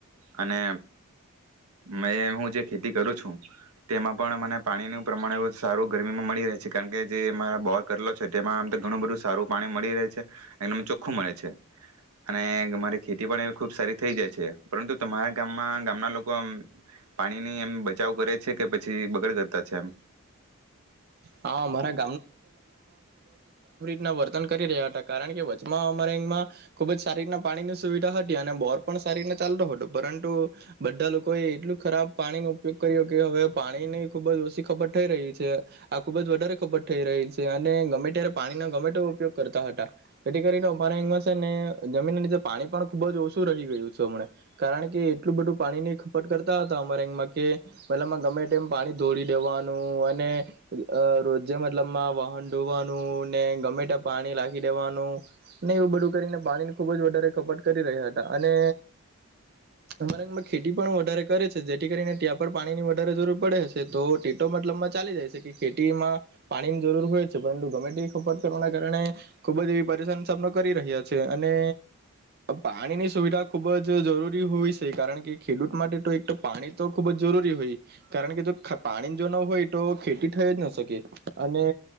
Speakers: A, on the right; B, on the right.
A: અને મેં હું જે ખેતી કરું છું, તેમાં પણ પાણીનું પ્રમાણ એવું સારું ગરમીમાં મળી રહે છે, કારણકે જે અમારા બોર કરલો છે, તેમાં આમ તો ઘણું બધું સારું પાણી મળી રહે છે એમ નેમ ચોખ્ખું મળે છે. અને મારી ખેતી પણ ખુબ સારી થઈ જાય છે, પરંતુ તમારા ગામમાં ગામના લોકો આમ પાણીની એમ બચાવ કરે છે કે પછી બગડ કરતા છે એમ.
B: હા અમારા ના વર્તન કરી રહ્યા હતા, કારણકે વચ્ચમાં અમારેમાં ખૂબ જ સારી રીતના પાણીની સુવિધા હતી અને બોર પણ સારી રીતના ચાલતો હતો, પરંતુ બધા લોકોએ એટલું ખરાબ પાણીનો ઉપયોગ કર્યો કે હવે પાણીની ખૂબજ ઓછી ખબત થઈ રહી છે આ ખૂબજ વધારે ખબત થઈ રહી છે અને ગમે ત્યારે પાણીનો ગમે તેવો ઉપયોગ કરતા હતા. એથી કરીને અમારાંગમાં છે ને જમીન નીચે પાણી પણ ખુબજ ઓછું રહી ગયું છે હમને, કારણકે એટલું બધું પાણી ની ખપટ કરતા હતા અમારા અંગમાં કે મતલબમાં ગમે ટાઈમ પાણી ધોરી દેવાનું અને રોજે મતલબમાં વાહન ધોવાનું ને ગમે ત્યાં પાણી લાખી દેવાનું, એવું બધું કરીને પાણીની ખુબ જ વધારે ખપટ કરી રહ્યા હતા અને અમારામાં ખેતી પણ વધારે કરે છે, જેથી કરીને ત્યાં પર પાણી ની વધારે જરૂર પડે છે તો તેતો મતલબમાં ચાલી જાય છે કે ખેતીમાં પાણીની જરૂર હોય છે, પરંતુ ગમે તે ખપટ કરવાના કારણે ખૂબજ એવી પરેશાન સામનો કરી રહ્યા છે અને પાણીની સુવિધા ખુબજ જરૂરી હોય છે, કારણકે ખેડૂત માટે તો એક તો પાણી તો ખૂબજ જરૂરી હોય, કારણકે જો પાણી જો ન હોય તો ખેતી થઈજ ન શકે અને